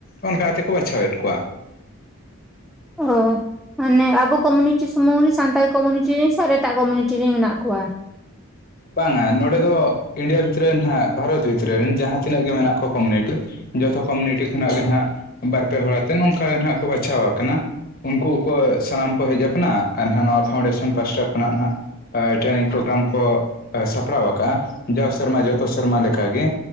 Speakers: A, on the left (about 40°); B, in the centre.
A: ᱚᱱᱠᱟ ᱟᱛᱮ ᱠᱚ ᱵᱟᱪᱷᱟᱣᱮᱫ ᱠᱚᱣᱟ
B: ᱚᱦᱚ ᱢᱟᱱᱮ ᱟᱵᱚ ᱠᱚᱢᱤᱱᱤᱴᱤ ᱥᱩᱢᱩᱝ ᱨᱮ ᱥᱟᱱᱛᱟᱲ ᱠᱚᱢᱳᱱᱤᱴᱤ ᱨᱮᱱ ᱥᱮ ᱮᱴᱟᱜ ᱠᱚᱢᱚᱱᱤᱴᱤ ᱨᱮᱱ ᱢᱮᱱᱟᱜ ᱠᱚᱣᱟ
A: ᱵᱟᱝᱟ ᱱᱚᱰᱮ ᱫᱚ ᱤᱱᱰᱤᱭᱟ ᱵᱷᱤᱛᱨᱤ ᱨᱮ ᱦᱟᱜ ᱵᱷᱟᱨᱚᱛ ᱵᱷᱤᱛᱨᱤ ᱨᱮᱱ ᱡᱟᱦᱟᱸ ᱛᱤᱱᱟᱹᱜ ᱜᱮ ᱢᱮᱱᱟᱜ ᱠᱚ ᱠᱚᱢᱤᱱᱤᱴᱤ ᱡᱚᱛᱚ ᱠᱚᱢᱱᱤᱴᱤ ᱠᱷᱚᱱᱟᱜ ᱜᱮ ᱦᱟᱸᱜ ᱵᱟᱨᱯᱮ ᱦᱚᱲᱟᱛᱮ ᱱᱚᱝᱠᱟ ᱜᱮ ᱱᱟᱦᱜ ᱠᱚ ᱵᱟᱪᱷᱟᱣ ᱣᱟᱠᱟᱱᱟ ᱩᱱᱠᱩ ᱠᱚ ᱥᱟᱱᱟᱢ ᱠᱚ ᱦᱮᱡ ᱟᱠᱟᱱᱟ ᱟᱨ ᱱᱟᱦᱟᱜ ᱱᱚᱣᱟ ᱯᱷᱟᱣᱩᱱᱰᱮᱥᱚᱱ ᱯᱟᱥᱴᱟ ᱠᱷᱚᱱᱟᱜ ᱱᱟᱦᱜ ᱴᱨᱮᱱᱤᱝ ᱯᱨᱳᱜᱨᱟᱢ ᱠᱚ ᱥᱟᱯᱲᱟᱣ ᱟᱠᱟᱜᱼᱟ ᱡᱟᱣ ᱥᱮᱨᱢᱟ ᱡᱚᱛᱚ ᱥᱮᱨᱢᱟ ᱞᱮᱠᱟᱜᱮ